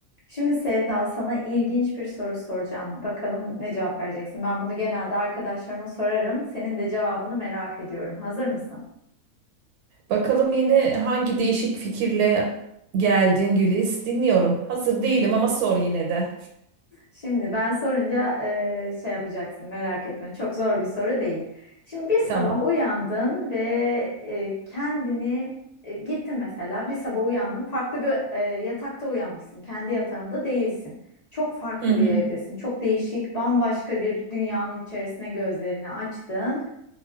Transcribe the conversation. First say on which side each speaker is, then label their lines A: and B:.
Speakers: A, on the left (about 45°); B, on the right (about 80°).
A: Şimdi Sevda sana ilginç bir soru soracağım. Bakalım ne cevap vereceksin? Ben bunu genelde arkadaşlarıma sorarım. Senin de cevabını merak ediyorum. Hazır mısın?
B: Bakalım yine hangi değişik fikirle geldin Güliz. Dinliyorum. Hazır değilim ama sor yine de.
A: Şimdi ben sorunca e, şey yapacaksın merak etme. Çok zor bir soru değil. Şimdi bir sabah
B: Tamam.
A: uyandın ve e, kendini e, gittin mesela bir sabah uyandın farklı bir e, yatakta uyanmışsın. Kendi yatağında değilsin. Çok farklı
B: Hı hı.
A: bir evdesin. Çok değişik, bambaşka bir dünyanın içerisine gözlerini açtın.